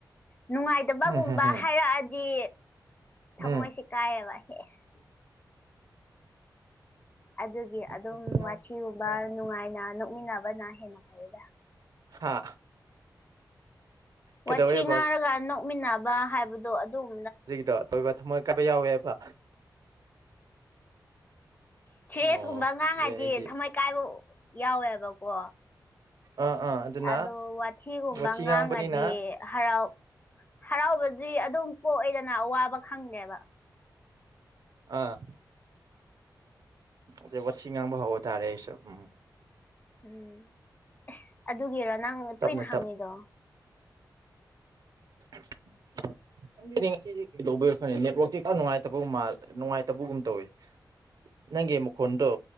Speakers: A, on the left (about 25°); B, on the right (about 65°).
A: ꯅꯨꯡꯉꯥꯏꯗꯕꯒꯨꯝꯕ
B: ꯎꯝ ꯎꯝ ꯎꯝ
A: ꯍꯥꯏꯔꯛꯑꯗꯤ ꯊꯃꯣꯏꯁꯤ
B: ꯎꯝ
A: ꯀꯥꯏꯦꯕ ꯌꯦꯁ ꯑꯗꯨꯒꯤ ꯑꯗꯨꯝ
B: ꯋꯥꯊꯤ ꯉꯥꯡꯕ
A: ꯋꯥꯊꯤꯒꯨꯝꯕ ꯅꯨꯡꯉꯥꯏꯅ ꯅꯣꯛꯃꯤꯟꯅꯕꯅ ꯍꯦꯟꯅ ꯐꯩꯗ
B: ꯍꯥ ꯀꯩꯗꯧꯋꯦꯕ
A: ꯋꯥꯊꯤ ꯉꯥꯔꯒ ꯅꯣꯛꯃꯤꯟꯅꯕ ꯍꯥꯏꯕꯗꯣ ꯑꯗꯨꯝ
B: ꯍꯧꯖꯤꯛꯀꯤꯗꯣ ꯑꯇꯣꯏꯕ ꯊꯃꯣꯏ ꯀꯥꯏꯕ ꯌꯥꯎꯋꯦꯕ
A: ꯁꯤꯔꯦꯁꯀꯨꯝꯕ
B: ꯑꯣ ꯑꯗꯨꯗꯤ
A: ꯑꯉꯥꯡ ꯍꯥꯏꯗꯤ
B: ꯑꯩꯗꯤ
A: ꯊꯝꯃꯣꯏ ꯀꯥꯏꯕ ꯌꯥꯎꯋꯦꯕꯀꯣ
B: ꯑꯥ ꯑꯥ ꯑꯗꯨꯅ
A: ꯑꯗꯣ ꯋꯥꯊꯤꯒꯨꯝꯕ
B: ꯋꯥꯊꯤ
A: ꯉꯥꯡꯉꯗꯤ
B: ꯉꯥꯡꯕꯅꯤꯅ
A: ꯍꯔꯥꯎ ꯍꯔꯥꯎꯕꯗꯤ ꯑꯗꯨꯝ ꯄꯣꯛꯑꯦꯗꯅ ꯑꯋꯥꯕ ꯈꯪꯗꯦꯕ
B: ꯑꯥ ꯑ ꯋꯥꯤ ꯉꯥꯡꯕ ꯍꯕ ꯇꯥꯔꯦ ꯎꯝ
A: ꯎꯝ ꯑꯁ ꯑꯗꯨꯒꯤꯔ ꯅꯪ
B: ꯇꯞꯅ
A: ꯇꯣꯏꯅ ꯍꯥꯡꯉꯤꯗꯣ
B: ꯇꯞ <inaudible> ꯈꯪꯗꯦꯅꯦ ꯉꯁꯤꯗꯤ ꯀꯩꯗꯧꯕ ꯈꯪꯦ ꯅꯦꯠꯋꯥꯛꯁꯦ ꯅꯨꯡꯉꯥꯏꯇꯕꯒꯨꯝ ꯅꯨꯡꯉꯥꯏꯇꯕꯒꯨꯝ ꯇꯧꯋꯦ ꯅꯪꯒꯤ ꯃꯈꯣꯟꯗꯣ